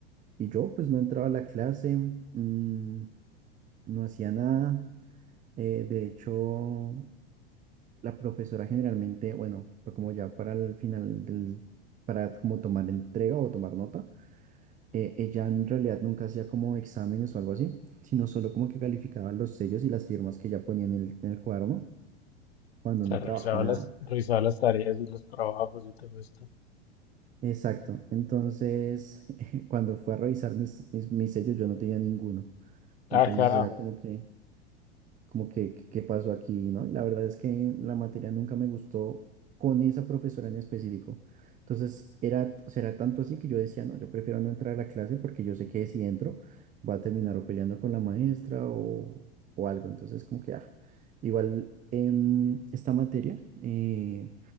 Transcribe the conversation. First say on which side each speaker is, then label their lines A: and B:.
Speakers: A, on the right; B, on the left.
A: Y yo pues no entraba a la clase, mm, no hacía nada, eh, de hecho, la profesora generalmente, bueno, fue como ya para el final del, para como tomar entrega o tomar nota, eh, ella en realidad nunca hacía como exámenes o algo así, sino solo como que calificaba los sellos y las firmas que ella ponía en el, en el cuaderno. cuando
B: O sea,
A: no
B: revisaba
A: trabajaba.
B: las, revisaba las tareas y los trabajos y todo esto.
A: Exacto. Entonces, <laughs> cuando fue a revisar mis, mis, mis sellos, yo no tenía ninguno.
B: Ah,
A: Entonces
B: carajo.
A: era como que, como que, que- qué pasó aquí, ¿no? La verdad es que la materia nunca me gustó con esa profesora en específico. Entonces, era, o sea, era tanto así que yo decía, no, yo prefiero no entrar a la clase porque yo sé que si entro va a terminar o peleando con la maestra o, o algo. Entonces, como que, ah, igual em, esta materia, eh,